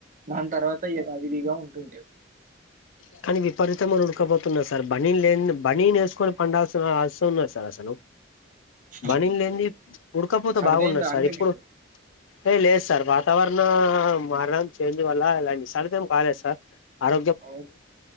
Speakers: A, on the right; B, on the left.
A: దాని తర్వాత యదావిధిగా ఉంటుంది
B: అ కానీ విపరీతంగా ఉడకపోతున్నాది సార్ బనీన్ లేని బనీన్ నేసుకొని పండాల్సిన అసం ఉన్నాది సార్ అసలు
A: అవునండి.
B: బనిన్ లేనిది ఉడకపోతే
A: సరిదయిందా
B: బాగున్నది సార్
A: అండి
B: ఇప్పుడు
A: మీకు?
B: ఏ లేదు సార్ వాతావరణం మారడం చేంజ్ వల్ల ఇలా ని సార్త ఏం బాగాలేదు సార్ ఆర
A: ఓ